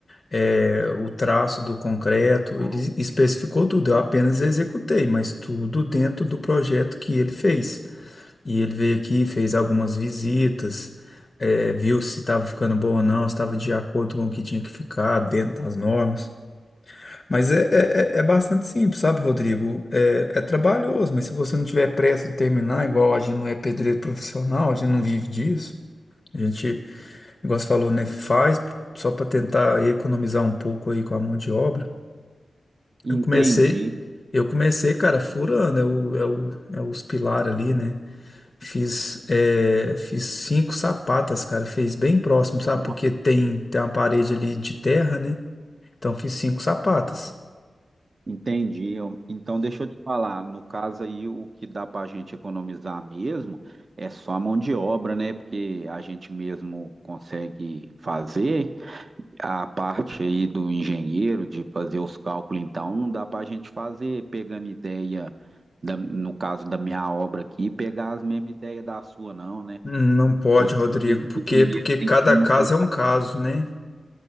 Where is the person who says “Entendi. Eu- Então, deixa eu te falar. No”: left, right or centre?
Right